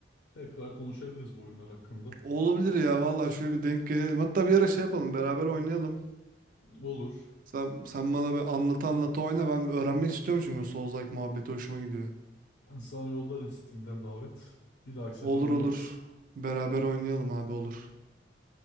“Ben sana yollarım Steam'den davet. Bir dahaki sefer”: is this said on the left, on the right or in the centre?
Left